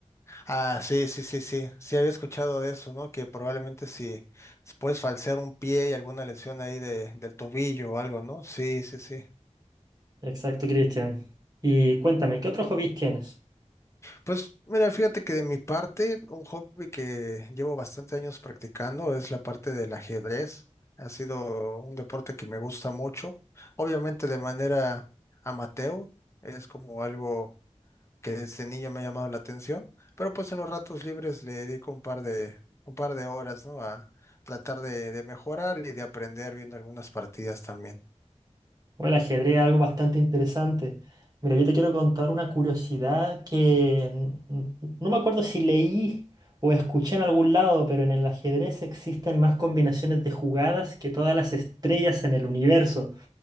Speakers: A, on the left; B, on the right.
A: Ah, sí, sí, sí, sí. Sí había escuchado de eso, ¿no? Que probablemente si puedes falsear un pie y alguna lesión ahí de, del tobillo o algo, ¿no? Sí, sí, sí.
B: Exacto, Cristian. Y cuéntame, ¿qué otros hobbies tienes?
A: Pues mira, fíjate que de mi parte, un hobby que llevo bastante años practicando es la parte del ajedrez. Ha sido un deporte que me gusta mucho. Obviamente de manera amateur, es como algo que desde niño me ha llamado la atención, pero pues en los ratos libres le dedico un par de, un par de horas, ¿no? A tratar de, de mejorar y de aprender viendo algunas partidas también.
B: O el ajedrez, algo bastante interesante. Mira, yo te quiero contar una curiosidad que n- n- no me acuerdo si leí o escuché en algún lado, pero en el ajedrez existen más combinaciones de jugadas que todas las estrellas en el universo.